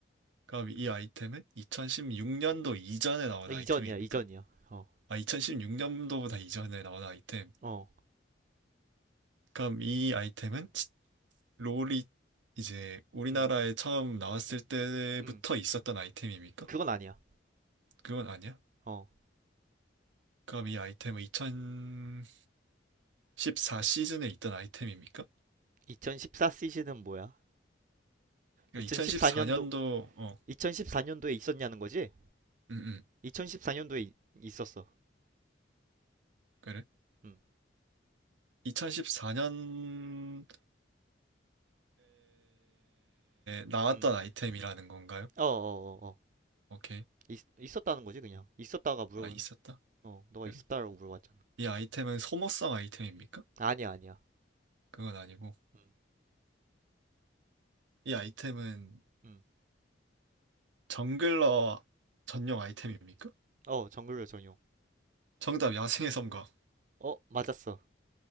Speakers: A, on the right (about 80°); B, on the right (about 40°).
A: 그럼 이 아이템은 2016년도 이전에 나온
B: 어, 이전이야,
A: 아이템입니까?
B: 이전이야. 어,
A: 아, 2016년도보다 이전에 나온 아이템.
B: 어,
A: 그럼 이 아이템은 지- 롤이 이제 우리나라에
B: 응,
A: 처음 나왔을 때부터
B: 응.
A: 있었던 아이템입니까?
B: 그건 아니야.
A: 그건 아니야.
B: 어,
A: 그럼 이 아이템은 2014 시즌에 있던 아이템입니까?
B: 2014 시즌은 뭐야?
A: 그러니까
B: 2014년도
A: 2014년도 어,
B: 2014년도에 있었냐는 거지?
A: 음, 음,
B: 2014년도에 있었어.
A: 그래.
B: 음.
A: 2014년에 나왔던
B: 음.
A: 아이템이라는 건가요?
B: 어, 어, 어, 어.
A: 오케이.
B: 있, 있었다는 거지, 그냥. 있었다가 물어본
A: 아, 있었다.
B: 어, 너가
A: 그래.
B: 있었다라고 물어봤잖아.
A: 이 아이템은 소모성 아이템입니까?
B: 아니야, 아니야.
A: 그건 아니고.
B: 음.
A: 이 아이템은
B: 음.
A: 정글러 전용 아이템입니까?
B: 어, 정글러 전용.
A: 정답, 야생의 섬광.
B: 어, 맞았어.